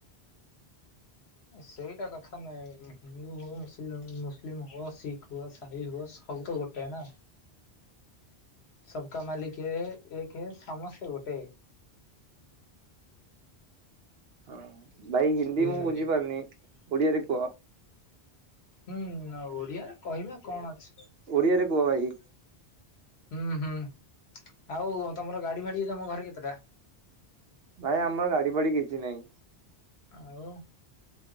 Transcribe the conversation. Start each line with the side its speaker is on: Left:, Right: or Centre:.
Left: ସେଇଟା କଥା ନୁହେଁ ଭାଇ ହିନ୍ଦୁ ହୁଅ ମୁସ୍ଲିମ ମୁସଲିମ ହୁଅ ଶିଖ ହୁଅ ସାହି ହୁଅ ସବୁ ତ ଗୋଟେ ନା <inaudible> ସବକା ମାଲିକ ହେ ଏକ ହେ ସମସ୍ତେ ଗୋଟେ।
Right: ହଁ ଭାଇ ହିନ୍ଦୀ
Left: ବୁଝିଲ
Right: ମୁଁ ବୁଝିପାରୁନି
Left: କି
Right: ଓଡିଆରେ କୁହ।
Left: ହୁଁ ଆ ଓଡିଆରେ କହିବା କଣ ଅଛି।
Right: ଓଡିଆରେ କୁହ ଭାଇ।
Left: ହୁଁ ହୁଁ ଆଉ ତମର ଗାଡି ଫାଡି ତମ ଘରେ କେତେଟା?
Right: ଭାଇ ଆମର ଗାଡି ଫାଡି କିଛି ନାଇଁ।
Left: ଆଉ।